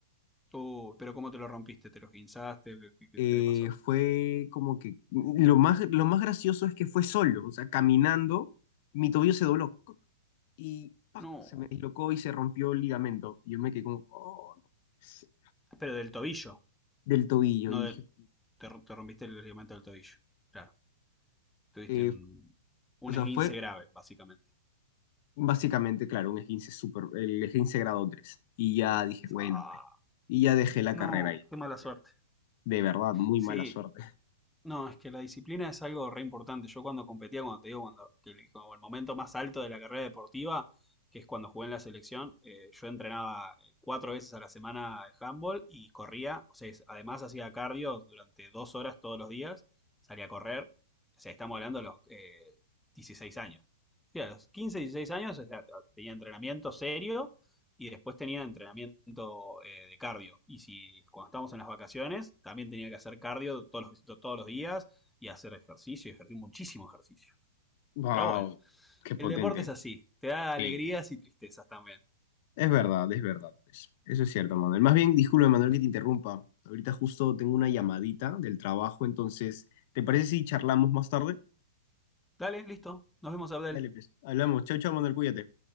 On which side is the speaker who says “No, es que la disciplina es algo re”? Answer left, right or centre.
Centre